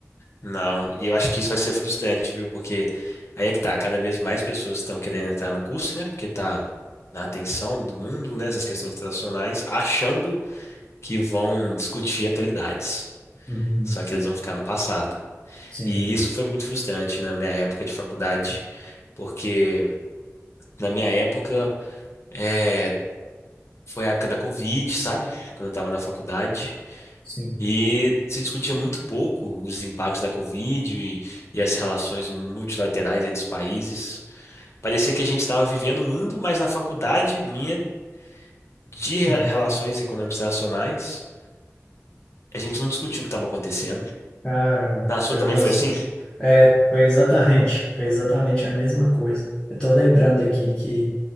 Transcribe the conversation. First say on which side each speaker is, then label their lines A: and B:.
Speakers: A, on the left; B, on the left.
A: Não, e eu acho que isso vai ser frustrante, viu? Porque aí é que tá, cada vez mais pessoas estão querendo entrar no curso, né? Porque tá na atenção do mundo, né? Essas questões internacionais, achando que vão discutir atualidades.
B: Uhum,
A: Só que eles vão ficar no passado.
B: sim,
A: E isso foi muito frustrante na minha época de faculdade, porque na minha época eh, foi a época da Covid, sabe? Quando eu estava na faculdade.
B: sim.
A: E se discutia muito pouco os impactos da Covid e, e as relações multilaterais entre os países. Parecia que a gente estava vivendo o mundo, mas na faculdade minha de re-
B: Uhum.
A: relações econômicas internacionais, a gente não discutiu o que estava acontecendo.
B: Caramba,
A: Na sua
B: é,
A: também
B: nossa.
A: foi assim?
B: É, foi exatamente, foi exatamente a mesma coisa. Eu estou lembrando aqui que